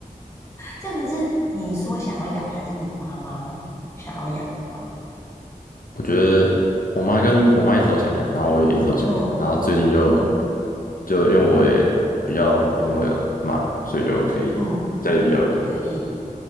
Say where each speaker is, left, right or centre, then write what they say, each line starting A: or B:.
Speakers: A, on the left; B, on the left.
A: 这样子是你说想要养，还是你爸妈想要养的吗？
B: 我觉得我妈跟我妈一直都想养，然后我也一直都想养，
A: 嗯。
B: 然后最近就
A: 嗯
B: 就因为我也比较没那么忙，所以就可以家里比较有人。
A: 嗯，所以